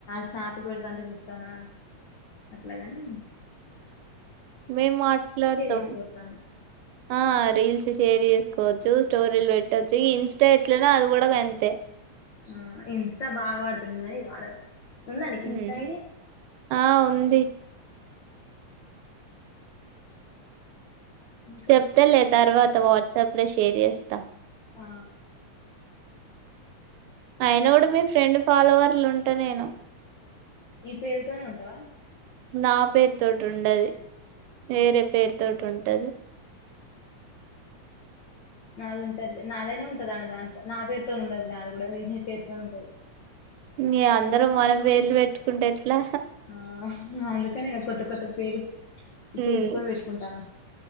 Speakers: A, on the left; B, on the right.
A: స్నాపలు పెడతాంటే చూతానా అట్లాగని
B: మేము మాట్లాడతాం
A: చేసుకోవతాను
B: ఆ రీల్స్ షేర్ చేసుకోవచ్చ స్టోరీలు పెట్టొచ్చు ఇన్స్టా ఎట్లనే అది కూడా కంతే
A: ఆ ఇన్స్టా బాగా వాడతా నికా ఇది వాడ ఉందా నీకు ఇన్స్టా
B: ఉమ్
A: ఐడి
B: ఆ ఉంది
A: ఇంకా
B: చెప్తాలే తర్వాత వాట్సాప్ లో షేర్ చేస్తా
A: ఆ
B: అయిన కూడా మీ ఫ్రెండ్ ఫాలోవర్లు ఉంటే నేను
A: ఈ పేరుతోనే ఉంటావా
B: నా పేరుతోటి ఉండది వేరే పేరుతోటి ఉంటది
A: అ నాది ఉంటది నాదైనా ఉంటద ఆమె దాంతో నా పేరుతో ఉండదు నాది కూడా వేరే పేరుతో ఉంటది
B: మీ అందరం మన పేర్లు పెట్టుకుంటే ఎట్లా
A: ఆ అందుకని కొత్త కొత్త పేరు
B: హ్మ్.
A: చేసుకొని పెట్టుకుంటాన